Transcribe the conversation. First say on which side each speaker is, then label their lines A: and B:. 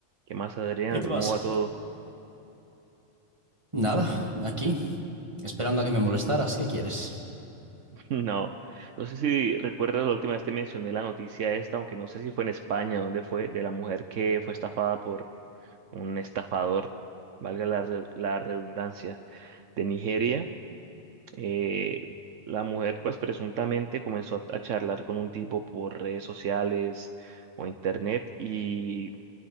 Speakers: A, on the right; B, on the right.
A: ¿Qué más, Adrián?
B: ¿Qué te
A: ¿Cómo
B: pasa?
A: va todo?
B: Nada, aquí, esperando a que me molestaras. ¿Qué quieres?
A: <laughs> No, no sé si recuerdas la última vez te mencioné la noticia esta, aunque no sé si fue en España, ¿dónde fue? De la mujer que fue estafada por un estafador, valga la, re- la redundancia, de Nigeria. Eh, la mujer, pues presuntamente comenzó a, a charlar con un tipo por redes sociales o internet y,